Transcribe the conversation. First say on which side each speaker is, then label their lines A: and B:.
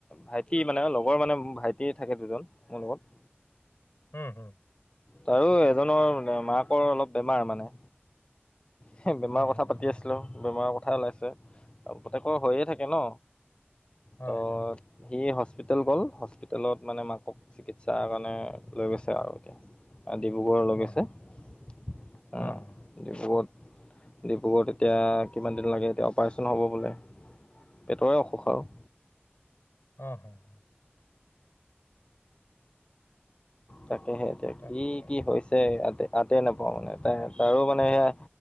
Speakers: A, on the left; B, on the left.
A: ভাইটি, মানে লগৰ মানে ভাইটি থাকে দুজন মোৰ লগত
B: উম', - হম',
A: তাৰো এজনৰ মাকৰ অলপ বেমাৰ মানে হে', বেমাৰৰ
B: হুম,
A: কথা
B: হুম,
A: পাতি
B: হুম,
A: আছিলোঁ, বেমাৰৰ কথাই ওলাইছে, প্ৰত্যেকৰ হৈয়ে থাকে ন
B: হয়,
A: ত',
B: হয়,
A: - সি হস্পি হস্পিতেল গ'ল হস্পিতেলত মানে মাকক চিকিৎসাৰ কাৰণে লৈ গৈছে আৰু এতিয়া ডিব্ৰুগড়
B: হুম,
A: লৈ গৈছে,
B: হুম,
A: অ',
B: হুম, হুম,
A: ডিব্ৰুগড়ত ডিব্ৰুগড়ত এতিয়া কিমান দিন লাগে এতিয়া অপাৰেচন হ'ব বোলে। পেটৰ অসুখ আৰু
B: আহ', - হ', - হ',
A: তাকেহে, এতিয়া
B: তাকে,
A: কি কি হৈছে ইয়াতে! তাতে নাপাওঁ। মানে ত তাৰো মানে সেয়া